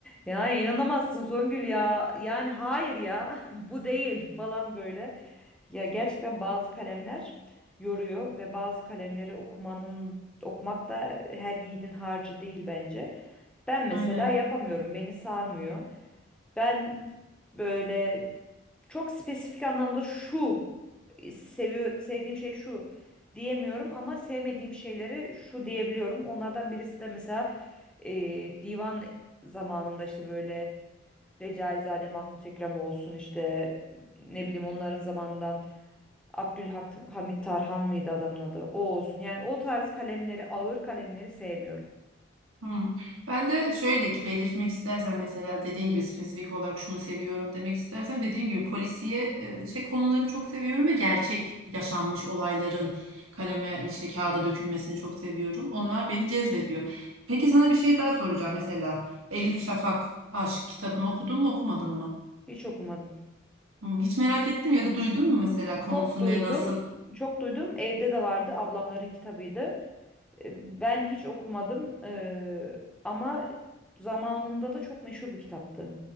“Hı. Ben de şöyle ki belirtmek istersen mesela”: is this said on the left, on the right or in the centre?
Right